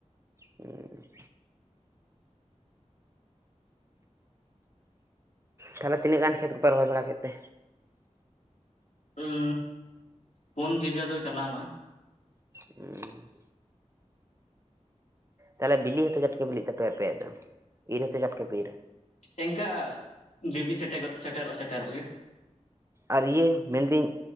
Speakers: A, on the right; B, on the left.
A: ᱦᱮᱸ ᱛᱟᱦᱚᱞᱮ ᱛᱱᱟᱹᱜ ᱜᱟᱱ ᱠᱷᱮᱛ ᱠᱚᱯᱮ ᱨᱚᱦᱚᱭ ᱵᱟᱲᱟ ᱠᱮᱫ ᱛᱮ?
B: ᱩᱸᱻ ᱯᱩᱱ ᱵᱤᱜᱷᱟᱹ ᱫᱚ ᱪᱟᱞᱟᱣᱱᱟ᱾
A: ᱦᱩᱸ ᱛᱟᱦᱚᱞᱮ ᱵᱤᱞᱤ ᱦᱚᱸᱛᱚ ᱪᱟᱴᱜᱮ ᱵᱤᱞᱤᱜ ᱛᱟᱯᱮ ᱟᱯᱮᱭᱟᱜ ᱫᱚ ᱤᱨ ᱦᱚᱸᱛᱚ ᱪᱟᱴ ᱜᱮᱯᱮ ᱤᱨᱟ᱾
B: ᱮᱱᱠᱟ ᱫᱤᱵᱤ ᱥᱮᱴᱮᱨᱚᱜ, ᱥᱮᱴᱮᱨᱚᱜ, ᱥᱮᱴᱮᱨᱚᱜ ᱜᱮ᱾
A: ᱟᱨ ᱤᱭᱟᱹ ᱢᱮᱱ ᱫᱟᱹᱧ